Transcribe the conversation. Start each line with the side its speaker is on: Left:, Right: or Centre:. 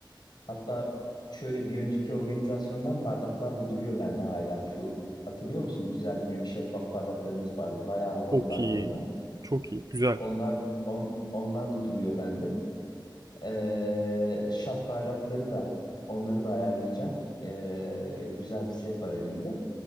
Left: Hatta şöyle bir önceki organizasyondan bardaklar da duruyor bende hala şu. Hatırlıyor musun? Güzel büyük şeffaf bardaklarımız vardı. Bayağı havalılardı
Right: Çok iyi.
Left: onlar.
Right: Çok iyi. Güzel.
Left: Onlar on, onlar da duruyor bende. Ee, şat bardakları da onları da ayarlayacağım. Ee, güzel bir set var elimde